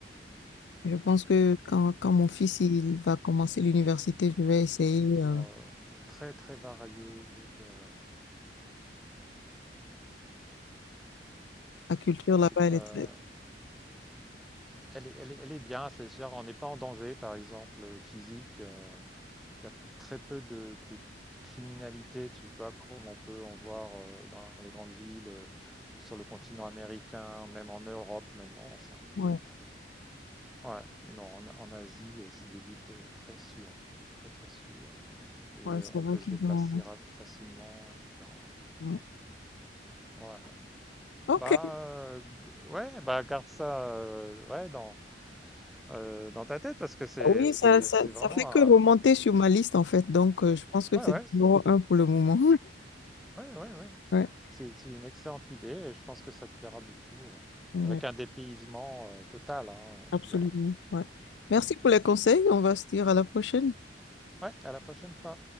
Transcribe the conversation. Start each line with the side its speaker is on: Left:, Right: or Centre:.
Left: Je pense que quand, quand mon fils il va commencer l'université, je vais essayer.
Centre: une culture
Left: euh,
Centre: euh, très très variée. euh.
Left: la culture
Centre: Ouais,
Left: là-bas,
Centre: c'est bien.
Left: elle
Centre: euh,
Left: est très.
Centre: Elle est, elle est- elle est bien. C'est sûr, on n'est pas en danger, par exemple, euh, physique. euh, Il y a très peu de, de criminalité, tu vois, comme on peut en voir euh, dans les grandes villes, euh, sur le continent américain, même en Europe maintenant. C'est un peu.
Left: Ouais,
Centre: Ouais, non, en, en Asie, euh, c'est des villes euh, très sûres. Très très sûres. et
Left: ouais,
Centre: euh,
Left: c'est
Centre: on
Left: vrai
Centre: peut
Left: qu'ils
Centre: se déplacer
Left: ont.
Centre: ra- facilement, etc.
Left: ouais.
Centre: Ouais.
Left: Ok.
Centre: Bah, euh, ouais, bah garde ça euh, ouais, dans, euh, dans ta tête parce que c'est
Left: Oui,
Centre: c'est-
Left: ça, ça,
Centre: c'est vraiment
Left: ça fait que
Centre: un...
Left: remonter sur ma liste en fait. Donc, euh, je pense que
Centre: Ouais,
Left: c'est
Centre: ouais, c'est
Left: numéro un pour le moment.
Centre: ouais, ouais, ouais.
Left: <laughs>
Centre: C'est- c'est une excellente idée et je pense que ça te plaira beaucoup. euh,
Left: Ouais.
Centre: avec un dépaysement euh, total, hein,
Left: Absolument.
Centre: tu verras.
Left: Ouais. Merci
Centre: Mm.
Left: pour les conseils. On va se dire à la prochaine.
Centre: Ouais, à la prochaine fois.